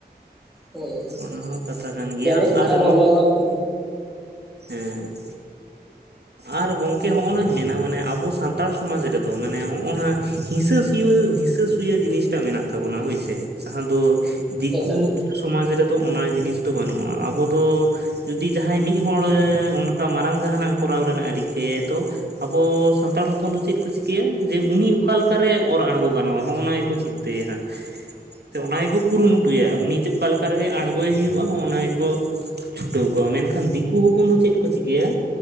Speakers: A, in the centre; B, on the right.
A: ᱦᱳᱭ᱾
B: ᱚᱱᱟ ᱦᱚᱸ ᱠᱟᱛᱷᱟ ᱠᱟᱱ ᱜᱮᱭᱟ
A: ᱡᱟᱹᱱᱤᱡ ᱠᱷᱟᱱ
B: ᱟᱨ ᱱᱚ
A: ᱚᱱᱮ ᱚᱱᱟ ᱠᱚ
B: ᱦᱮᱸ᱾ ᱟᱨ ᱜᱚᱝᱠᱮ ᱦᱚᱜ-ᱚ ᱱᱟᱧ ᱢᱮᱱᱟ᱾ ᱢᱟᱱᱮ ᱟᱵᱚ ᱥᱟᱱᱛᱟᱲ, ᱥᱚᱢᱟᱡᱽ, ᱨᱮᱫᱚ ᱢᱟᱱᱮ ᱱᱚᱜᱼᱚ ᱱᱟ᱾ ᱦᱤᱥᱟᱹ ᱥᱩᱣᱟᱹ - ᱦᱤᱥᱟᱹ ᱥᱩᱭᱟᱹ ᱡᱤᱱᱤᱥ ᱴᱟᱜ, ᱢᱮᱱᱟᱼᱜ ᱛᱟᱵᱚᱱᱟ᱾ ᱦᱳᱭ ᱥᱮ, ᱡᱟᱦᱟᱸ ᱫᱚ ᱫᱤᱠᱩ
A: ᱮᱠᱟᱞ
B: ᱥᱚᱢᱟᱡᱽ ᱨᱮᱫᱚ, ᱚᱱᱟ ᱡᱤᱱᱤᱥ ᱫᱚ᱾ ᱵᱟᱹᱱᱩᱜ-ᱟ ᱾ᱟᱵᱚ ᱫᱚ ᱡᱩᱫᱤ ᱡᱟᱦᱟᱸᱭ ᱢᱤᱫ ᱦᱚᱲ, ᱚᱱᱠᱟ ᱢᱟᱨᱟᱝ ᱡᱟᱦᱟᱱᱟᱼᱜ ᱠᱚᱨᱟᱣ ᱨᱮᱱᱟ-ᱜ ᱨᱤᱠᱟᱹᱭᱟᱭ ᱛᱚ ᱟᱵᱚ ᱥᱟᱱᱛᱟᱲ ᱦᱚᱯᱚᱱ ᱫᱚ, ᱪᱮᱫ ᱠᱚ ᱪᱤᱠᱟᱹᱭᱟ᱾ ᱡᱮ ᱩᱱᱤ ᱚᱠᱟᱞᱠᱟᱨᱮ ᱚᱨ ᱟᱬᱜᱚ ᱜᱟᱱᱚᱜᱼᱟ᱾ ᱦᱚᱜᱼᱚᱱᱟ ᱜᱮᱠᱚ ᱪᱤᱱᱛᱟᱹᱼᱟ ᱛᱟᱹ ᱭᱟ ᱾ᱦᱟᱸᱜ ᱥᱮ ᱚᱱᱟ ᱜᱮᱠᱚ
A: ᱮᱠᱟᱞ
B: ᱠᱩᱨᱩᱢᱩᱴᱩᱭᱼᱟ ᱾ᱩᱱᱤ ᱪᱮᱫ, ᱚᱠᱟ ᱞᱮᱠᱟ ᱨᱮᱜᱮ ᱟᱬᱜᱚᱭ ᱦᱩᱭᱩᱜᱼᱟ᱾ ᱚᱱᱟ ᱜᱮᱠᱚ ᱪᱷᱩᱴᱟᱹᱣ ᱠᱚᱜᱼᱟ᱾ ᱢᱮᱱᱠᱷᱟᱱ ᱫᱤᱠᱩ ᱦᱚᱯᱚᱱ ᱫᱚ᱾ ᱪᱮᱫ ᱠᱚ ᱪᱤᱠᱟᱹᱭᱟ᱾